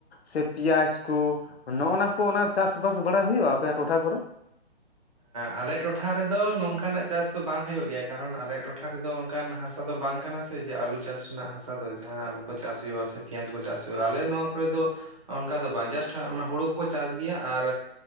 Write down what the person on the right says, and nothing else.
ᱟᱞᱮ ᱴᱚᱴᱷᱟ ᱨᱮᱫᱚ ᱱᱚᱝᱠᱟᱱᱟᱜ ᱪᱟᱥ ᱫᱚ ᱵᱟᱝ ᱦᱩᱭᱩᱜ ᱜᱮᱭᱟ, ᱠᱟᱨᱚᱱ ᱟᱞᱮᱭᱟᱜ ᱴᱚᱴᱷᱟ ᱨᱮᱫᱚ ᱚᱱᱠᱟᱱ ᱦᱟᱥᱟ ᱫᱚ ᱵᱟᱝ ᱠᱟᱱᱟ ᱥᱮ ᱡᱮ ᱟᱞᱩ ᱪᱟᱥ ᱨᱮᱱᱟᱜ ᱦᱟᱥᱟ ᱫᱚ ᱡᱟᱦᱟᱸ ᱟᱹᱞᱩ ᱠᱚ ᱪᱟᱥ ᱦᱩᱭᱩᱜᱼᱟ ᱥᱮ ᱯᱮᱸᱭᱟᱡᱽ ᱠᱚ ᱪᱟᱥ ᱦᱩᱭᱩᱜᱼᱟ ᱟᱹᱞᱮ ᱱᱚᱣᱟ ᱠᱚᱨᱮ ᱫᱚ ᱚᱱᱠᱟ ᱫᱚ ᱵᱟᱝ ᱡᱟᱥᱴ ᱦᱩᱲᱩ ᱠᱚᱠᱚ ᱪᱟᱥ ᱜᱮᱭᱟ ᱟᱨ